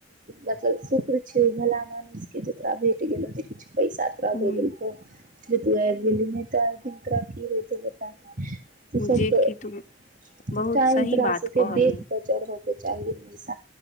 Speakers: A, on the right; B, on the left.
A: मतलब शुक्र छै भला मनुष के जेकरा भेट गेलो जे किछु पैसाथरा
B: ह
A: दू दिन को जे ती त तोरा की हो बता त सब
B: जे
A: त
B: कि तू बहुत
A: टाइम
B: सही
A: त्र
B: बात
A: सके
B: कहलू
A: देख क च चूा